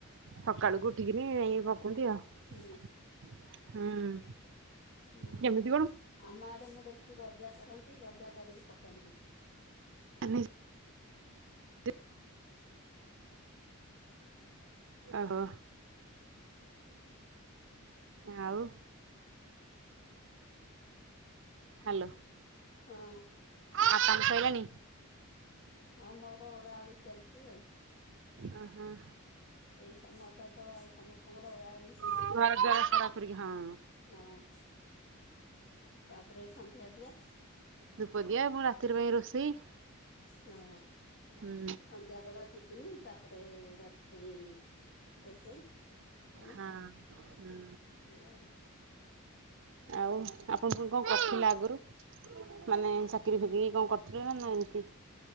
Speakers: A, on the right; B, on the left.
A: ସକାଳୁକୁ ଉଠିକିନି ଏ ପକନ୍ତି ଆଉ
B: ହୁଁ
A: ହୁଁ।
B: ହୁଁ ହୁଁ
A: କେମିତି କଣ
B: ଆମ ଆଡେ ମୁଁ ଦେଖିଛି ଗଜା କର ତ ଗଜା କରିକି ପକାନ୍ତି।
A: <unintelligible> ଓହୋ। ଆଉ ହାଲୋ।
B: ହଁ
A: ଆଉ କାମ ସଇଲାଣି?
B: ହଁ ମୋର ଓଳାଓଳି ଚାଲିଛି ଆଉ।
A: ଆଁ ହାଁ।
B: ଏଇ ସମୟଟା ତ ସମସ୍ତଙ୍କର ଓଳାଓଳି ସମୟ।
A: ଘର ଦ୍ୱାର ସରା କରିକି ହଁ
B: ହଁ, ତାପରେ ସନ୍ଧ୍ୟା ଦିଆ।
A: ଧୂପ ଦିଆ ପୁଣି ରାତିର ପାଇଁ ରୋଷେଇ।
B: ହଁ,
A: ହୁଁ
B: ସନ୍ଧ୍ୟାବେଳ ଟିଫିନି ତାପରେ ରା ତି ପାଇଁ ରୋଷେଇ। କଣ,
A: ହଁ ହୁଁ
B: ଏଇଆ ଆଉ।
A: ଆଉ ଆପଣ ପୁଣି କଣ କରିଥିଲେ ଆଗରୁ? ମାନେ ଚାକିରିୀଫାକିରି କଣ କରୁଥିଲେ ନା ନା ଏମିତି?